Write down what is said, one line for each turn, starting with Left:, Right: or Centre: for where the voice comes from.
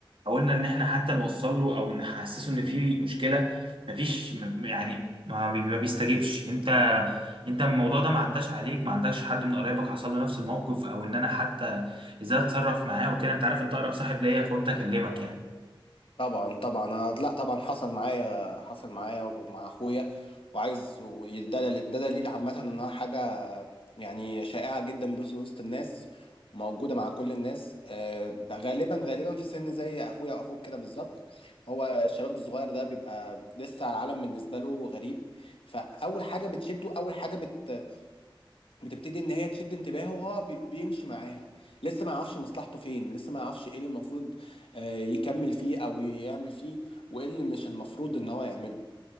Right: حاولنا ان احنا حتى نوصل له او نحسسه ان في مشكلة مفيش م- يعني ما بي- ما بيستجيبش انت انت الموضوع ده ما عداش عليك ما عندكش حد من قرايبك حصل له نفس الموقف او ان انا حتى ازاي اتصرف معاه وكده انت عارف انت اقرب صاحب ليا فقلت اكلمك يعني
Left: طبعا طبعا أنا لا طبعا حصل معايا حصل معايا ومع اخويا وعايز وده دل- ده دليل عامه انها حاجه يعني شائعه جدا بس وسط الناس وموجوده مع كل الناس آه، غالبا غالبا في سن زي اخويا واخوك كده بالظبط هو الشباب الصغير ده بيبقى لسه العالم بالنسبه له غريب فاول حاجه بتشده اول حاجه بت بتبتدي ان هي تشد انتباهه وهو بي- بيمشي معاها لسه ما يعرفش مصلحته فين لسه ما يعرفش ايه اللي المفروض آه، يكمل فيه او يعمل فيه وايه اللي مش المفروض ان هو يعمله